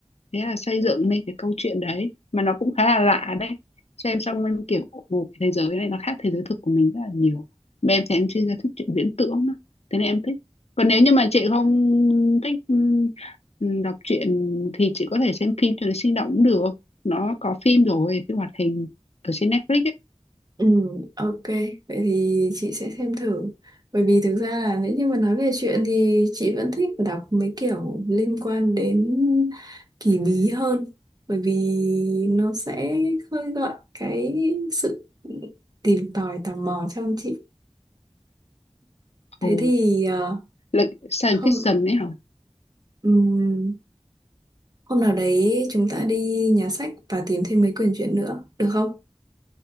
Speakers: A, on the left; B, on the right.
A: thế là xây dựng nên cái câu chuyện đấy mà nó cũng khá là lạ đấy xem xong em kiểu ồ cái thế giới này nó khác thế giới thực của mình rất là nhiều mà em thì em chuyên gia thích chuyện viễn tưởng đó. thế nên em thích còn nếu như mà chị không thích ừm, ừm, đọc truyện thì chị có thể xem phim cho nó sinh động cũng được nó có phim rồi phim hoạt hình ở trên Netflix ấy.
B: Ừm, ok. Vậy thì chị sẽ xem thử. Bởi vì thực ra là nếu như mà nói về chuyện thì chị vẫn thích đọc mấy kiểu liên quan đến kỳ bí hơn. Bởi vì nó sẽ khơi gợi cái sự tìm tòi tò mò trong chị. Thế
A: Ồ
B: thì ờ,
A: Lịch science
B: không
A: fiction ấy hả?
B: Ừm, hôm nào đấy chúng ta đi nhà sách và tìm thêm mấy quyển truyện nữa, được không?